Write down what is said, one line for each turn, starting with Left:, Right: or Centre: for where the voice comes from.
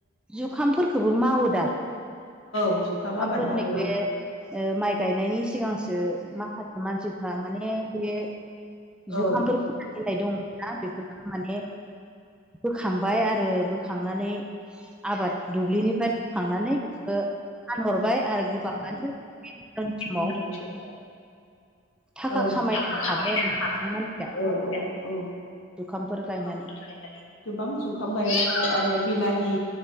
Centre: जुखामफोरफोरखौबो मावो दा।
Left: औ जुखाम
Centre: ओंखामफोर
Left: आबाद मावो
Centre: नैबे
Left: औ
Centre: माइ गायनायनि सिगांसो माखासे मानसिफ्रा माने बे। जुखामफोर
Left: औ
Centre: फोनना होननाय दङमोना बेफोरखो माने बोखांबाय आरो बोखांनानै आबाद दुब्लिनिफ्राय बोखांनानै बेखौ फानहरबाय आरो गोबाङानो समाव
Left: उम नंगौ
Centre: थाखा
Left: औ
Centre: खामायनो
Left: थाखा खामायनो
Centre: हाबाय आरो गोबां
Left: खामानिया।
Centre: मानसिया
Left: औ औ औ‌।
Centre: जुखामफोर गायनानै
Left: जुखामफोर गायनानै गोबां जुखाम गायबाय आरो बिलाहि